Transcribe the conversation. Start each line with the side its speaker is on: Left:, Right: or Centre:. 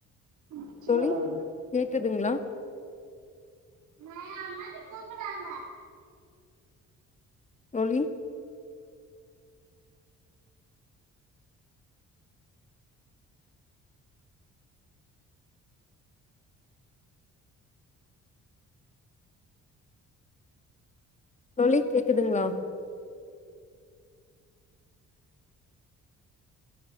Right: எரிச்சலா
Left: தோழி
Right: வருது
Left: கேக்குதுங்ளா
Right: ஆ அம்மாச்சி கூப்பிடுறாங்க
Left: தோழி தோழி கேக்குதுங்ளா